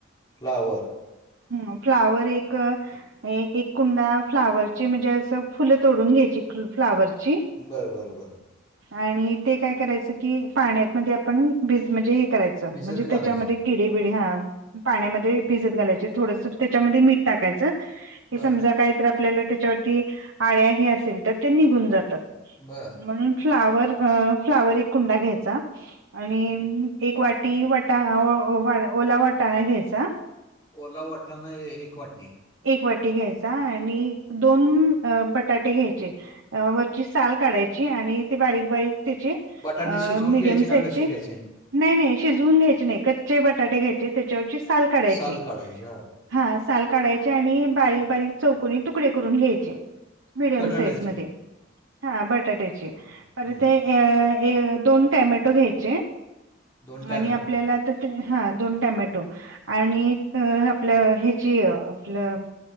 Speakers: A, on the left; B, on the right.
A: फ्लावर,
B: हं. फ्लावर एक एक एक कुंडा फ्लावरची, म्हणजे असं फुलं तोडून घ्यायची फ्लावरची.
A: बरं बरं बरं.
B: आणि ते काय करायचं की, पाण्यात मध्ये आपण भिज म्हणजे हे करायचं, च.
A: भिजत
B: म्हणजे
A: घालायचे
B: त्याच्यामध्ये किडे बिडे हा पाण्यामध्ये भिजत घालायच. थोडस त्याच्यामध्ये मीठ टाकायच. की
A: बर
B: समजा काय तर आपल्याला त्याच्या ती आळ्या हे असेल तर ते निघून जातात.
A: बर.
B: म्हणून फ्लावर अं फ्लावर एक कुंडा घ्यायचा. आणि एक वाटी वटा अ अ ओला वाटाणा घ्यायचा.
A: ओला वाटाना हे एक वाटी.
B: एक वाटी घ्यायचा आणि दोन बटाटे घ्यायचे. अ वरची साल काढायची आणि ते बारीक बारीक त्याचे
A: बटाटे
B: अ
A: शिजवून
B: मिडीयम
A: घ्यायचे का
B: साईजचे
A: कसे घ्यायचे
B: नाही नाही शिजवून घ्यायचे नाही. कच्चे बटाटे घ्यायचे त्याच्यावरची साल काढायची.
A: साल काढायचे हा
B: हा साल काढायचे आणि बारीक बारीक चौकनी तुकडे करून घ्यायचे. मीडयम
A: बटाट्याचे
B: साईज मध्ये. हा बटाट्याचे. परत
A: हं.
B: हे ए अ ए अ दोन टमॅटो घ्यायचे
A: दोन टॅमॅटो
B: आणि आपल्याला ते हा दोन टमॅटो आणि आपलं ह्याची आपलं